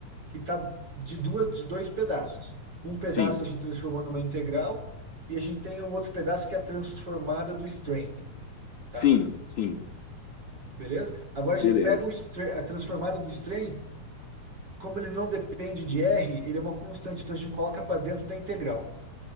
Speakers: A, on the right; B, on the left.
A: que está de duas, de dois pedaços. Um pedaço
B: sim,
A: a gente transformou numa integral e a gente tem o outro pedaço que é a transformada do strain, tá?
B: sim, sim.
A: Beleza? Agora
B: Beleza.
A: a gente pega o strain, a transformada do strain, como ele não depende de R, ele é uma constante, então a gente coloca para dentro da integral,